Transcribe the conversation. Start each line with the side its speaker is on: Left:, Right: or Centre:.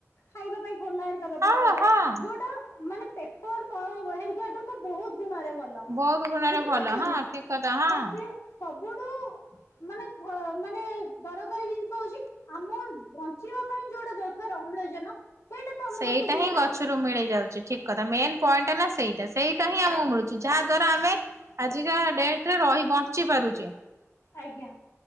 Left: ଖାଇବା ପାଇଁ ଠୋଲାରେ ଗଛ ବ୍ୟବହାର
Right: ହଁ
Left: କରି
Right: ହଁ
Left: ଯୋଉଟା ମାନେ ପେପର ପ ହେରିକାଠୁ ତ ବହୁତ ଗୁଣରେ ଭଲ। ଲୋ
Right: ବହୁତ ଗୁଣରେ
Left: ବୁଝିପାରୁଛନ୍ତି
Right: ଭଲ ହଁ
Left: ନା।
Right: ଠିକ କଥା ହଁ।
Left: ତାପରେ, ସବୁଠୁ ମାନେ ମାନେ ଦରକାରୀ ଜିନିଷ ହଉଛି ଆମ ବଞ୍ଚିବା ପାଇଁ ଯୋଉଟା ଦରକର ଅମ୍ଳଜାନ ସେଇଟା ତ ଆମକୁ
Right: ସେଇଟା
Left: ସେ ଦିଏ
Right: ହିଁ
Left: ନା
Right: ଗଛରୁ ମିଳି ଯାଉଛି। ଠିକ କଥା ମେନ୍ ପଏଣ୍ଟ ହେ ନା ସେଇଟା। ସେଇଟା ହିଁ ଆମକୁ
Left: ଆଜ୍ଞା
Right: ମିଳୁଛି। ଯାହା ଦ୍ଵାରା ଆମେ ଆଜିକା ଡେଟ ରେ ରହି ବଞ୍ଚି ପାରୁଚେ।
Left: ଆଜ୍ଞା।